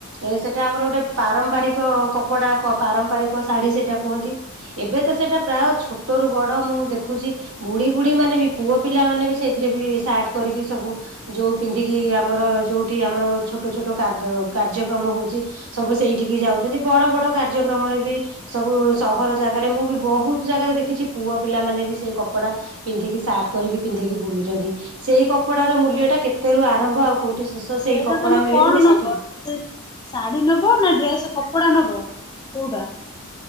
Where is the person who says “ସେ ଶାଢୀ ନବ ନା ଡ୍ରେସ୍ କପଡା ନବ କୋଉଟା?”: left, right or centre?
Left